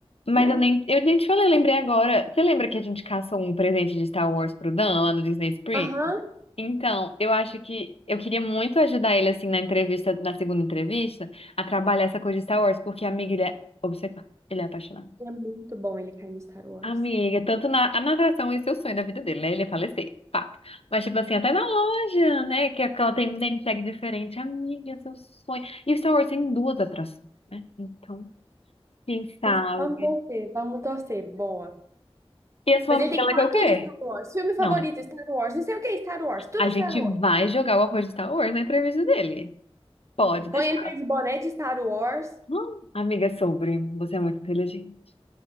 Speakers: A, on the left; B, on the right.
A: Mas
B: né?
A: eu nem, eu nem te falei, lembrei agora, você lembra que a gente caçou um presente de Star Wars pro Dan, lá no Disney Springs?
B: Aham.
A: Então, eu acho que eu queria muito ajudar ele, assim, na entrevista, na segunda entrevista, a trabalhar essa coisa de Star Wars, porque, amiga, ele é obcecado, ele é apaixonado.
B: É muito bom ele cair no Star Wars.
A: Amiga, tanto na, a natação, esse é o sonho da vida dele, né? Ele é falecer, fato. Mas, tipo assim, até na loja, né? Que aquela tem um name tag diferente. Amiga, seu sonho. E Star Wars tem duas atrações, né? Então, quem sabe?
B: Quem sabe- Vamos torcer, vamos torcer. Boa.
A: E a sua
B: Mas
A: amiga,
B: ele tem
A: ela
B: que falar
A: quer o quê?
B: tudo Star Wars. Filme favorito,
A: Não, é.
B: Star Wars. Não sei o que, é Star Wars. Tudo
A: A gente
B: Star Wars.
A: vai jogar alguma coisa de Star Wars na entrevista dele. Pode deixar.
B: Põe ele perto de boné de Star Wars.
A: Hum, amiga, sobre. Você é muito inteligente.